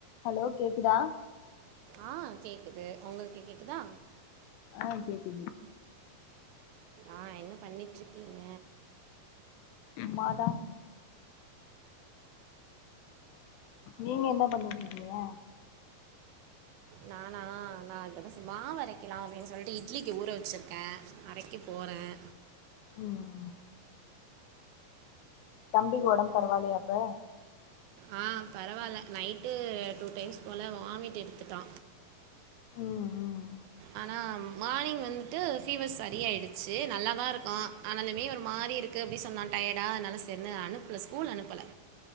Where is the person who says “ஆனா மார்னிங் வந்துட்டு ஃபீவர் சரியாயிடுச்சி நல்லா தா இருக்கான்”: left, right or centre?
Right